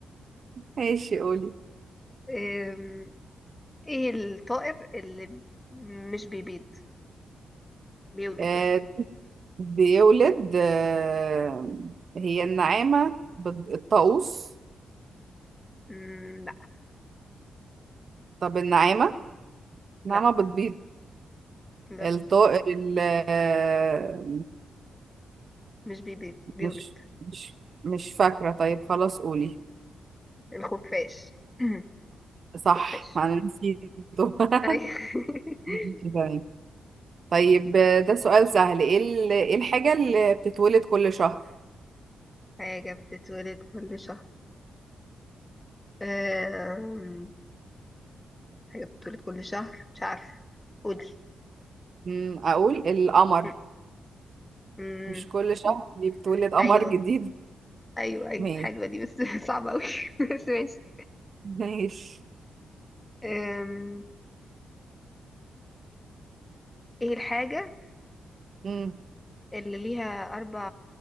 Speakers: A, on the right; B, on the left.
A: ماشي قولي
B: أم، ايه الطائر اللي مش بيبيض بيولد
A: آه
B: يعني
A: بيولد آه هي النعامة بت... الطاووس
B: مم، لا
A: طب النعامة النعامة
B: لا
A: بتبيض
B: لا
A: الطائر ال آه،
B: مش بيبيض بيولد
A: مش مش مش فاكرة طيب خلاص قولي
B: الخفاش <clears throat>
A: صح
B: خفاش
A: ما انا نسيته <laughs>
B: أي <laughs>
A: ماشي تمام طيب آه، ده سؤال سهل ايه ال- إيه الحاجة اللي بتتولد كل شهر
B: حاجة بتتولد كل شهر أم... حاجة بتتولد كل شهر مش عارفة قولي
A: مم، اقول القمر
B: م- م-
A: مش كل شهر
B: م-
A: دي بتولد قمر
B: أيوه
A: جديد
B: أيوه أيوه
A: ماشي
B: حلوة دي بس <laughs> صعبة أوي <laughs> بس ماشي
A: ماشي
B: أم... إيه الحاجة
A: مم.
B: اللي ليها أربع